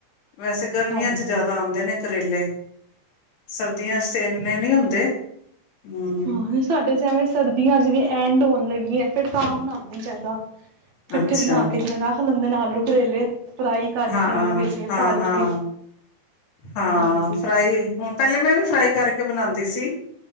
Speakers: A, on the left; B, on the right.
A: ਵੈਸੇ ਗਰਮੀਆਂ
B: ਹਾਂਜੀ
A: ਚ ਜਿਆਦਾ ਆਉਂਦੇ ਨੇ ਕਰੇਲੇ ਸਬਜ਼ੀਆਂ ਇੰਨੇ ਨਹੀਂ ਹੁੰਦੇ ਹਮ
B: ਹਾਂ ਸਾਡੇ ਜਿਵੇਂ ਸਰਦੀਆਂ ਚ ਵੀ ਐਂਡ ਹੋਣ ਲੱਗੀ ਹੈ ਫਿਰ ਤਾਂ ਬਣਾਉਦੇ ਚਾਹੀਦਾ ਇਕੱਠੇ
A: ਅੱਛਾ
B: ਬਣਾ ਕੇ ਜ਼ਰਾ ਖਲੰਦੇ ਨੇ ਆਲੂ ਕਰੇਲੇ ਫਰਾਈ ਕਰਕੇ
A: ਹਾਂ
B: ਜਾਂ ਵੇੇ
A: ਹਾਂ
B: ਭਰ
A: ਹਾਂ
B: ਕੇ
A: ਹਾਂ
B: ਹਾਂਜੀ
A: ਫਰਾਈ ਹੁਣ ਪਹਿਲੇ ਮੈਂ ਵੀ ਫਰਾਈ ਕਰਕੇ ਬਣਾਉਂਦੀ ਸੀ